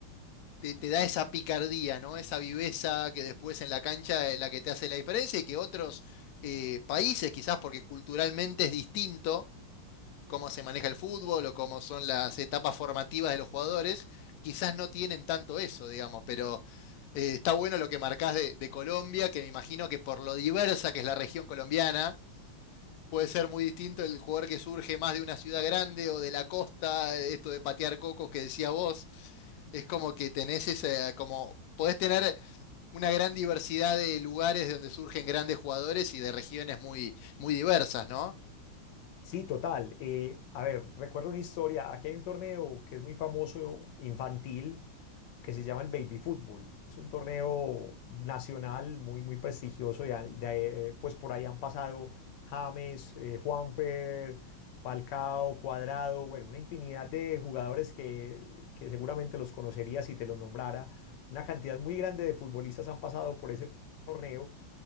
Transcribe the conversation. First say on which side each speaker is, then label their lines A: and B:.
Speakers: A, on the left (about 80°); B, on the left (about 65°).
A: te, te da esa picardía, ¿no? Esa viveza que después en la cancha es la que te hace la diferencia y que otros eh, países, quizás porque culturalmente es distinto cómo se maneja el fútbol o cómo son las etapas formativas de los jugadores, quizás no tienen tanto eso, digamos, pero eh, está bueno lo que marcás de, de Colombia, que me imagino que por lo diversa que es la región colombiana, puede ser muy distinto el jugador que surge más de una ciudad grande o de la costa, esto de patear cocos que decía vos. Es como que tenés esa, como podés tener una gran diversidad de lugares de donde surgen grandes jugadores y de regiones muy, muy diversas, ¿no?
B: Sí, total. eh, a ver, recuerdo una historia. Aquí hay un torneo que es muy famoso, infantil, que se llama el Baby Fútbol. Es un torneo nacional muy, muy prestigioso. y a- de- pues por ahí han pasado James, eh, Juanfer, Falcao, Cuadrado, bueno, una infinidad de jugadores que, que seguramente los conocería si te los nombrara. Una cantidad muy grande de futbolistas han pasado por ese torneo.